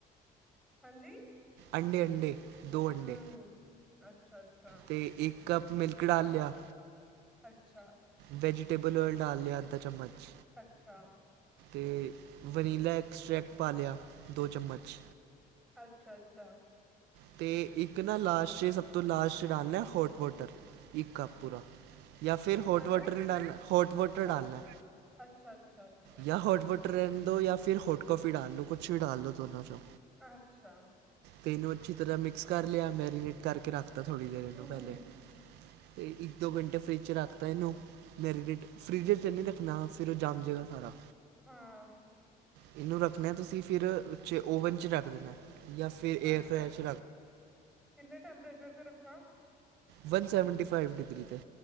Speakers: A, in the centre; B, on the right (about 85°).
A: ਹਾਂਜੀ
B: ਅਂਡੇ ਹਂਡਜੀ ਦੋ ਅੰਡੇ
A: ਹੂੰ ਅੱਛਾ ਅੱਛਾ
B: ਤੇ ਇੱਕ ਮਿਲਕ ਡ ਲਿਆ
A: ਅੱਛਾ
B: ਵੈਜੀਟੇਬਲ ਓਲ ਡਾਲ ਲਿਆੱ ਅਧਾੱ ਚਮਚ
A: ਅੱਛਾ
B: ਅਤੇ ਵਨੀਲਾ ਐਕਸਟ੍ਰੈਕਟ ਪਾ ਲਿਆ ਦੋ ਚਮਚ
A: ਅੱਛਾ ਅੱਛਾ
B: ਅਤੇ ਇੱਕ ਨਾ ਲਾਸਟ 'ਚ ਸਭ ਤੋਂ ਲਾਸਟ ਰਨ ਹੈ ਹੋਰਟ ਵੋਟਰ ਇੱਕ ਕ‌ੱਪ ਪੂਰਾ ਜਾਂ ਫਿਰ
A: ਕੀ
B: ਹੋਟ
A: ਪਾਣਾ
B: ਵਾਟਰ ਨਹੀਂ ਡਾਲਣਾ ਹੋਟ ਵਾਟਰ ਡਾਲਣਾ
A: ਅ ਅੱਛਾ ਅੱਛਾ ਅੱਛਾ ਅੱਛਾ
B: ਜਾਂ ਹੋਟ ਵਾਟਰ ਰਹਿ ਦੋ ਜਾਂ ਫਿਰ ਫਿਰ ਹੋਟ ਕੌਫੀ ਡਾਲ ਲ ਲੋ ਕੁਛ ਵੀ ਡਾਲ ਲੋ ਦੋ ਚੋਂ
A: ਅੱਛਾ
B: ਪਿੰਨ ਅੱਛੀ ਤਰ੍ਹਾਂ ਮਿਕਸ ਕਰ ਲਿਆ ਮੈਰੀਨੇਟ ਕਰਕੇ ਰੱਖ ਤਾਂ ਥੋੜ੍ਹੀ ਦੇਰ ਇਹਨੂੰ
A: ਹੂੰ
B: ਪਹਿਲੇ
A: ਹੂੰ
B: ਤੇ ਇੱਕ ਦੋ ਘੰਟੇ ਫਰਿੱਜ ਚ ਰੱਖਤਾ ਇਹਨੂੰ ਮੈਰੀਨੇਟ ਫਰਿੱਜ ਚ ਨਹੀਂ ਰੱਖਣਾ ਫਿਰ ਉਹ ਜੰਮ ਜਾਏਗਾ ਸਾਰਾ
A: ਹਾਂ
B: ਇਹਨੂੰ ਰੱਖਣਾ ਤੁਸੀਂ ਫਿਰ ਉੇ ਓਵਨ ਚ ਰੱਖ ਦੇਣਾ ਜਾਂ ਫਿਰ ਏਅਰ
A: ਅੱਛਾ
B: ਫ੍ਰੈਸ਼
A: ਕਿੰਨੇ ਟੈਂਪਰੇਚਰ ਤੇ ਰੱਖਾ
B: ਵਨ ਸੈਵਨਟੀ ਫਾਈਵ ਡਿਗਰੀ 'ਤੇ